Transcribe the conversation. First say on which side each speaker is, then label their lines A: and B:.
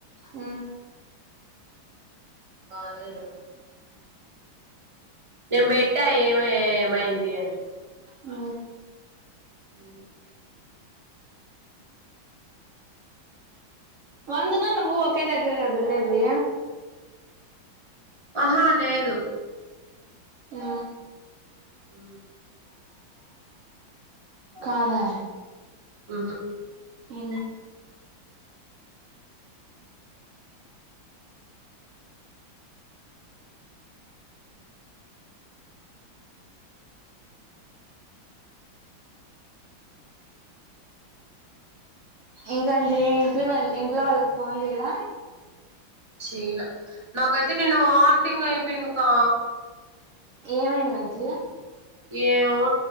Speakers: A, on the right; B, on the right.
A: ఉ
B: బాలేదు నేను పెట్టా ఏమే ఏమైంది అని
A: ఉ
B: ఉ
A: వందనా నువ్వు ఒకే దగ్గర గద ఉండేది
B: ఆహా లేదు
A: ఆ
B: ఉ
A: కాదా
B: ఉహు
A: ఉ ఇంకాంచి ఇంట్లో వాళ్ ఇంట్లో వాళ్ళకి ఫోన్ చెయాల
B: చేయలా నాకైతే నిన్న వాంటింగ్ అయిపోయిందికా
A: ఏమైందించిగా
B: ఏమో